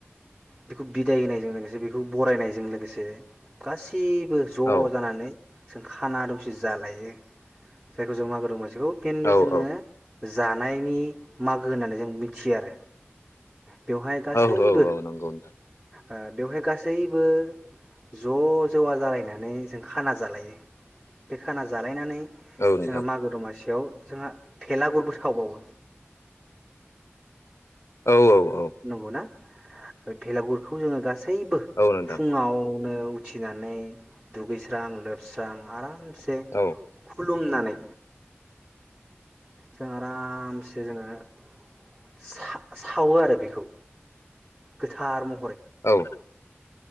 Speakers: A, on the right (about 25°); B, on the left (about 80°).
A: बेखौ बिदाय होनायजों लोगोसे बेखौ बरायनायजों लोगोसे गासै बो ज'
B: औ
A: जानानै जों खाना दंसे जालायो जायखौ जों मागो दंमासि बिखौ मेनलि
B: औ
A: जोङो
B: औ
A: जानायनि मागो होननानै जों मिथियो आरो बेवहाय गासैबो
B: औ औ औ नंगौ नोंथां
A: ओ बेवहाय गासैबो ज' जवा जालायनानै जों खाना जालायो बे खाना जालायनानै
B: औ नोंथां
A: जोंहा मागो दमासियाव जोंहा भेलागुरबो सावबावो
B: औ औ
A: नोंगौना भेलागुरखौ जोङो गासै गासैबो
B: औ नोंथां
A: फुङाव नो उथिनानै दुगैस्रां लोबस्रां आराम से ख
B: औ
A: खुलुमनानै जों आरामसे जोङो <inaudible> सा सावो आरो बेखौ। गोथार म
B: औ।